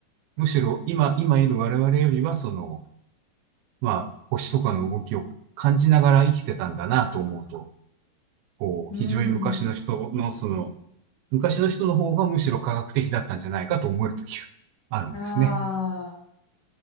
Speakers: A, on the right; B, on the left.
A: むしろ今、今いる我々よりは、その、まあ、星とかの動きを感じながら生きてたんだなと思うと、こう、
B: うーん。
A: 非常に昔の人の、その、昔の人の方がむしろ科学的だったんじゃないかと思えるときがあるんですね。
B: ああ。